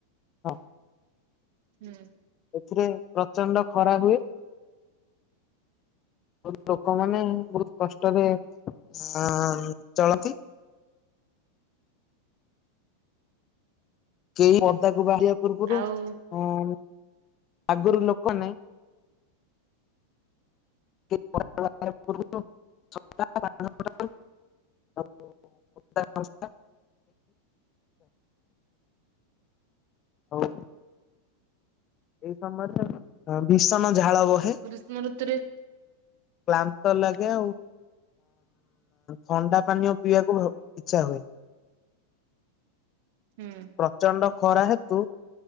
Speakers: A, on the left (about 30°); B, on the right (about 55°).
A: ହଁ
B: ହୁଁ।
A: ଏଥିରେ ପ୍ରଚଣ୍ଡ ଖରା ହୁଏ। ବ ଲୋକମାନେ ବହୁତ କଷ୍ଟରେ ଅଁ ଚଳନ୍ତି। କେହି ପଦାକୁ ବାହାରିବା ପୂର୍ବରୁ
B: ଆଉ
A: ଅଁ ଆଗରୁ ଲୋକନେ <unintelligible> <unintelligible> ହଉ। ଏଇ ସମୟରେ ଭୀଷଣ ଝାଳ ବହେ।
B: ମୁଁ ଋତୁ ରେ
A: କ୍ଳାନ୍ତ ଲାଗେ ଆଉ ଥଣ୍ଡା ପାନୀୟ ପିଇବାକୁ ଇଚ୍ଛା ହୁଏ।
B: ହୁଁ।
A: ପ୍ରଚଣ୍ଡ ଖରା ହେତୁ